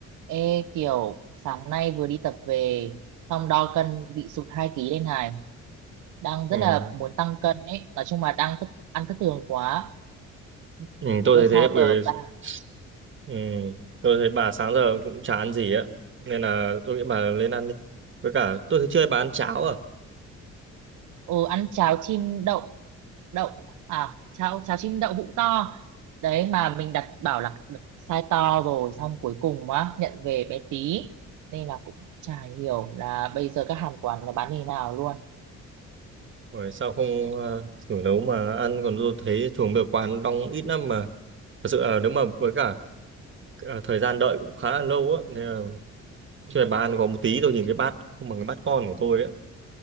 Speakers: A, on the right; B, on the right.
A: Ê kiểu sáng nay vừa đi tập về xong đo cân bị sụt 2 ký lên này đang
B: Ừ.
A: rất là muốn tăng cân ấy nói chung là đang thức, ăn thất thường quá
B: Ừ, tôi
A: về
B: thấy thế
A: sao
B: bởi
A: tờ
B: vì
A: ta
B: ừ, tôi thấy bà sáng giờ cũng chả ăn gì á nên là tôi nghĩ bà lên ăn đi với cả tôi thấy chưa bà ăn cháo à
A: ừ ăn cháo chim đậu đậu à cháo cháo chim đậu hũ to đấy mà mình đặt bảo là đặt size to rồi xong cuối cùng á nhận về bé tí nên là cũng chả hiểu là bây giờ các hàng quán nó bán như thế nào luôn
B: rồi sao không ờ, thử nấu mà ăn còn tôi thấy thường được quán đông ít lắm mà thật sự là nếu mà với cả ờ, thời gian đợi cũng khá là lâu á nên là chưa
A: ừ.
B: bà ăn có một tí tôi nhìn cái bát không bằng cái bát con của tôi ấy